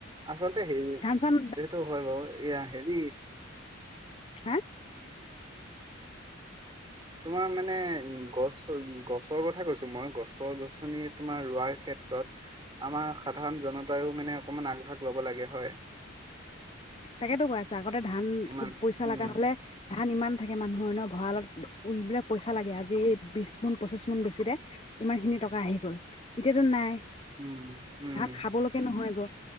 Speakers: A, on the right; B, on the left.
A: আচলতে <inaudible>
B: ধান চান
A: এইটো হয় বাৰু এয়া হেৰি
B: হে?
A: তোমাৰ মানে মানে গছ গছৰ কথা কৈছো মই গছৰ গছনি তোমাৰ ৰুৱাৰ ক্ষেত্ৰত আমাৰ সাধাৰণ জনতাইও মানে অকমান আগভাগ ল'ব লাগে হয়।
B: তাকেতো কৈ আছো আগতে ধান
A: ইমান
B: পইচা
A: উম
B: লগা হলে ধান ইমান থাকে মানুহ হয় নহ ভঁৰালত উলবিলাক পইচা লাগে আজি বিশ মোন পঁচিশ মোন বেছিৰে ইমান খিনি টকা আহি গল এতিয়াতো নাই।
A: উম, উম।
B: ধান খাবলৈকে নহয় গৈ